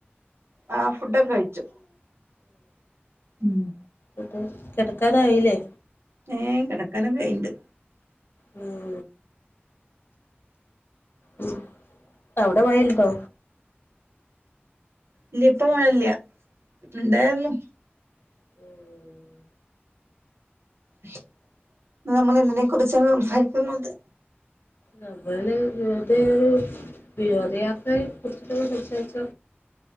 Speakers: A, on the right (about 80°); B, on the left (about 60°).
A: ആ ഫുഡൊക്കെ കഴിച്ചു. മ്
B: ഇട്ട് കിടക്കാനായില്ലേ?
A: ഏ കെട്ക്കാനൊക്കായിണ്ട്.
B: ഉം മ് ഔടെ മഴണ്ടോ?
A: ഇല്ല്യഇപ്പ മഴല്ല ണ്ടയിരുന്നു.
B: ഉം
A: ന്ന് നമ്മൾ എതിനെ കുറിച്ച സംസാരിക്കുന്നുത്.
B: നമൾവെറുതെരു വിനോദയാത്രയെ കുറിച്ചിട്ടെ സംസാരിച്ച.